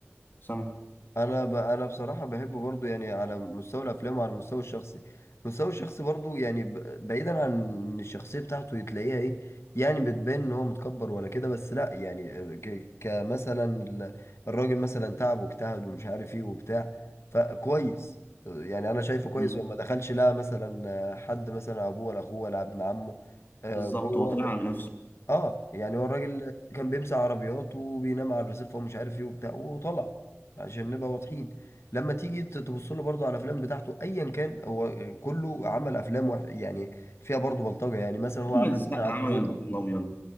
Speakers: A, on the left (about 45°); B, on the left (about 70°).
A: سامع
B: انا ب... انا بصراحه بحبه برضو يعني على مستوى الافلام وعلى المستوى الشخصي المستوى الشخصي برضو يعني ب... بعيدا عن إن الشخصيه بتاعته تلاقيها ايه يعني بتبان ان هو متكبر ولا كده بس لا يعني ك... كمثلا ال- الراجل مثلا تعب واجتهد ومش عارف ايه وبتاع فكويس يعني انا شايفه كويس
A: مم.
B: هو ما دخلش لا مثلا حد مثلا ابوه ولا اخوه ولا ابن عمه آه،
A: بالظبط
B: جوه
A: هو طلع على نفسه
B: اه يعني هو الراجل كان بيمسح عربيات وبينام على الرصيف ومش عارف ايه وبتاع وطلع عشان نبقى واضحين لما تيجي تبص له برضه على الافلام بتاعته ايا كان هو كله عمل افلام وح... يعني فيها برضه بلطجه يعني مثلا هو
A: محمد
B: عمل
A: السقا
B: مثلا عبد
A: عمل
B: الموطن
A: الابيض الابيض